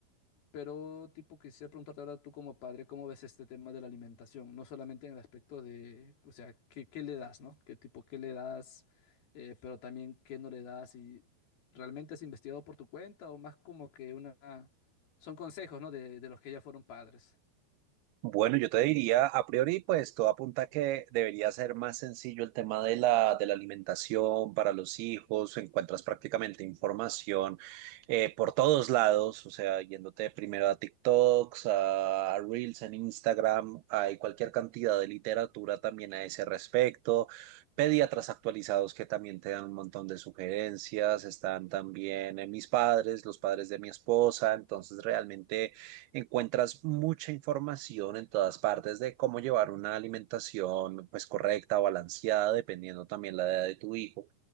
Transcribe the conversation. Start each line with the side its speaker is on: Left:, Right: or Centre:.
Left: Pero, tipo, quisiera preguntarte ahora tú como padre, ¿cómo ves este tema de la alimentación? No solamente en el aspecto de, o sea, ¿qué, qué le das, no? ¿Qué tipo, qué le das? eh, pero también, ¿qué no le das? ¿Y realmente has investigado por tu cuenta o más como que una... Son consejos, ¿no? De, de los que ya fueron padres.
Right: Bueno, yo te diría, a priori, pues todo apunta a que debería ser más sencillo el tema de la, de la alimentación para los hijos. Encuentras prácticamente información eh, por todos lados, o sea, yéndote primero a TikToks, a, a Reels en Instagram, hay cualquier cantidad de literatura también a ese respecto. Pediatras actualizados que también te dan un montón de sugerencias. Están también eh, mis padres, los padres de mi esposa. Entonces, realmente... Encuentras mucha información en todas partes de cómo llevar una alimentación pues correcta, balanceada, dependiendo también la edad de tu hijo.